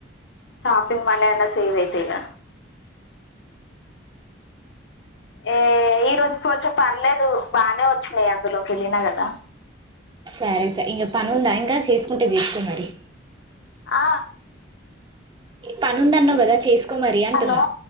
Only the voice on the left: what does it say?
షాపింగ్ మన్ నానేసి ఈ ది వైతేగా ఏ ఈ రోజు కొంచెం పర్లేదు బానే వచ్చినాయి అందులోకి వెళ్ళినా గదా
ఆ
హలో